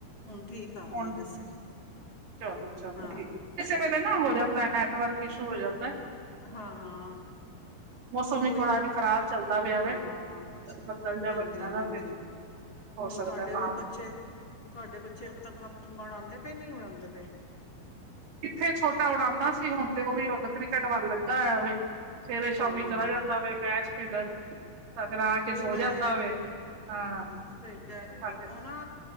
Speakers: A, on the left (about 35°); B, on the right (about 70°).
A: ਹੁਨ ਠੀਕ ਆ ਰਹੀਏ
B: ਹੁਣ
A: ਵੈਸੇ
B: ਚਲੋ ਚਲੋ
A: ਹਾਂ
B: ਠੀਕ ਕਿਸੇ ਵੇਲੇ ਨਾ ਹੋ ਜਾਂਦਾ ਨੈਟਵਰਕ ਇਸ਼ੂ ਹੋ ਜਾਂਦਾ ਐ।
A: ਹਾਂ, ਹਾਂ
B: ਮੌਸਮ ਵੀ
A: ਓਈ
B: ਥੋੜਾ
A: ਨਾ,
B: ਅੱਜ ਖ਼ਰਾਬ ਚੱਲਦਾ ਪਿਆ
A: ਹਾਂ-
B: ਵੇ ਬੱਦਲ ਜਿਹਾ
A: ਹਾਂਜੀ,
B: ਬਣਿਆ ਦਾ
A: ਹਾਂਜੀ।
B: ਵੇ, ਹੋ
A: ਹੁਨ
B: ਸਕਦਾ
A: ਤੁਹਾਡੇ
B: ਤਾਂ
A: ਬੱਚੇ, ਤੁਹਾਡੇ ਬੱਚੇ ਪਤੰਗਾਂ-ਪੁਤੰਗਾਂ ਉਡਾਉਂਦੇ ਪਏ ਨੀ ਉਡਾਉਂਦੇ ਪਏ?
B: ਕਿੱਥੇ ਛੋਟਾ ਉਡਾਦਾ ਸੀ, ਹੁਨ ਤੇ ਉਹ ਵੀ ਹੁਣ ਕ੍ਰਿਕਟ ਵੱਲ ਲੱਗਾ ਹੋਇਆਵੇ ਸਵੇਰੇ
A: ਹਾਂ
B: ਸ਼ਾਮੀ ਚਲਾ ਜਾਂਦਾ ਵ ਮੈਚ ਖੇਡਣ ਫਿਰ ਆ ਕੇ
A: ਓਹੀ
B: ਸੋ
A: ਮੈਂ,
B: ਜਾਂਦਾ ਵੇ। ਹਾਂ
A: ਸਹੀ ਕਹਿ ਰਹੇ
B: ਸਾਡੇ
A: ਓ। ਨਾ